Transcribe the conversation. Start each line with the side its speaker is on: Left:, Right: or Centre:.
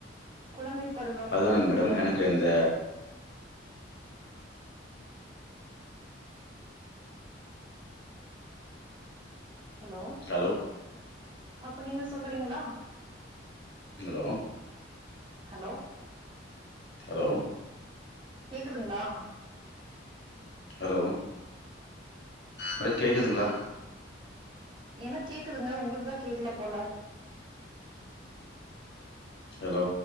Right: குழந்தை பருவ
Left: அதுதானுங்க
Right: பள்ளிக்கூடம்
Left: மேடம் எனக்கு இந்த
Right: ஹலோ
Left: ஹலோ
Right: அப்ப நீங்க சொல்றீங்களா
Left: ஹெலோ
Right: ஹலோ
Left: ஹலோ
Right: கேக்குதுங்களா
Left: ஹலோ அட கேக்குதுங்ளா
Right: எனக் கேக்குதுங்க உங்களுக்குதா கேக்கல போல
Left: ஹலோ